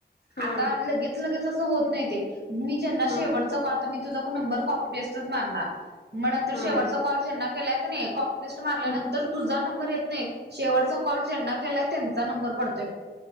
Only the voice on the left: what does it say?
हा
हा
हा.
ह